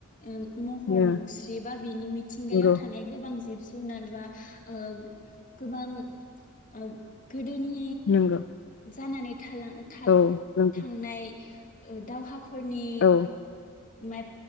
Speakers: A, on the left; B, on the left.
A: ओ महर
B: ओ
A: मुस्रि बा बिनि मिथिंगायाव
B: नंगौ
A: थानाय गोबां जिब जुनार बा ओ गोबां ओ गोदोनि
B: नंगौ
A: जानानै थालां थाल
B: औ नंगौ
A: थांनाय ओ दावहा फोरनि
B: औ
A: नेत